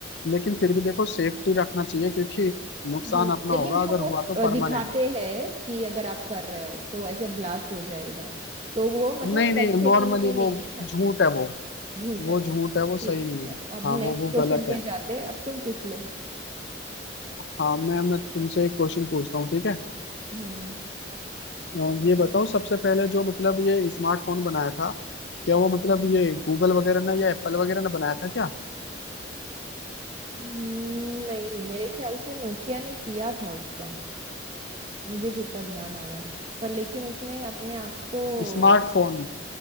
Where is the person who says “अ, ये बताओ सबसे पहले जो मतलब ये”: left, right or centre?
Left